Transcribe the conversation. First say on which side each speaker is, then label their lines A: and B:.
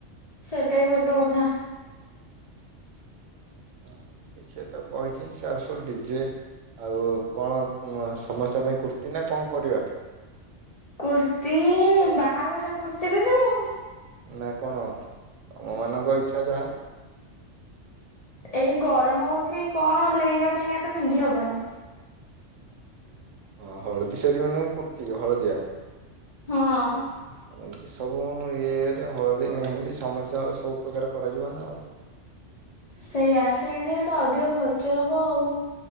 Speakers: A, on the left; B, on the right.
A: ସେଇଟା ସତ କଥା।
B: ହ ଦେଖେ ତ କହିଛି ସେ ଆସୁ ଡିଜେ ଆଉ କଣ ସମସ୍ତଙ୍କ ପାଇଁ କୁର୍ତ୍ତି ନା କଣ କରିବା।
A: କୁର୍ତ୍ତିୀ ବାହାଘରର କୁର୍ତି ପିନ୍ଧିବୁ
B: ନା କଣ? ଆମମାନଙ୍କ ଇଚ୍ଛା ଯାହା।
A: ଏଇ ଗରମ ହଉଛି କଣ ଲେହେଙ୍ଗା ଫେହେଙ୍ଗା ତ ପିନ୍ଧି ହବନି।
B: ହଁ ହଳଦୀ ସେରିମନୀଙ୍କୁ କୁର୍ତ୍ତି ହଳଦିଆ
A: ହଁ।
B: ଏମିତି ସବୁ ଇଏରେ ହଳଦୀ ମେହେନ୍ଦୀ ସମସ୍ତଙ୍କର ସବୁ ପ୍ରକାର କରାଯିବ ନା ଆଉ।
A: ସେଇଆ ସେଇଥିରେ ତ ଅଧିକ ଖର୍ଚ୍ଚ ହବ ଆଉ।